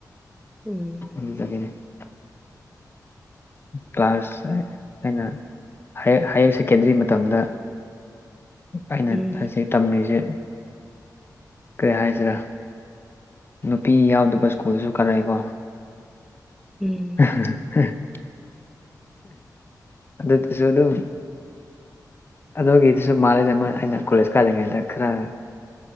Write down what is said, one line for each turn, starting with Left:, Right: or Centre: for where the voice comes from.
Centre: ꯎꯝ
Left: <unintelligible> ꯀ꯭ꯂꯥꯁ ꯑꯩꯅ ꯍꯥꯌꯔ ꯍꯥꯏꯌꯔ ꯁꯦꯀꯦꯟꯗ꯭ꯔꯤ ꯃꯇꯝꯗ ꯑꯩꯅ
Centre: ꯎꯝ
Left: ꯍꯧꯖꯤꯛ ꯇꯝꯃꯤꯁꯤ ꯀꯩ ꯍꯥꯏꯔꯤꯁꯤꯔ ꯅꯨꯄꯤ ꯌꯥꯎꯗꯕ ꯁ꯭ꯀꯨꯜꯗꯁꯨ ꯀꯥꯔꯛꯑꯦꯀꯣ
Centre: ꯎꯝ
Left: <unintelligible> ꯑꯗꯨꯗꯁꯨ ꯑꯗꯨꯝ ꯑꯗꯨꯒꯤꯗꯨꯁꯨ ꯃꯥꯜꯂꯤꯅꯦ ꯃꯣꯏ ꯑꯩꯅ ꯀꯣꯂꯦꯖ ꯀꯥꯗ꯭ꯔꯤꯉꯩꯗ ꯈꯔ